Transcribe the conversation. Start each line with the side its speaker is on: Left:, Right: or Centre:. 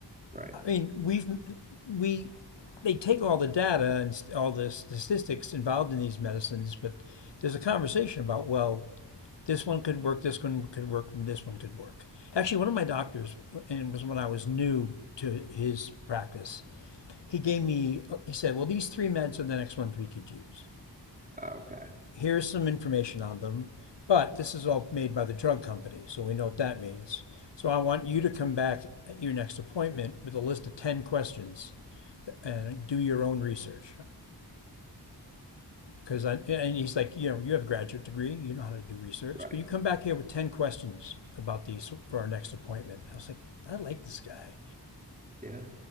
Right: Right.
Left: I mean, we've we they take all the data and all the statistics involved in these medicines, but there's a conversation about well, this one could work, this one could work, and this one could work. Actually, one of my doctors, and it was when I was new to his practice, he gave me he said, well, these three meds are the next ones we could use.
Right: Okay.
Left: Here's some information on them, but this is all made by the drug company, so we know what that means. So I want you to come back at your next appointment with a list of 10 questions and do your own research. Because I yeah, and he's like, you know, you have a graduate degree, you know how to do research.
Right: Right.
Left: Could you come back here with ten questions about these for our next appointment? I was like, I like this guy.
Right: Yeah.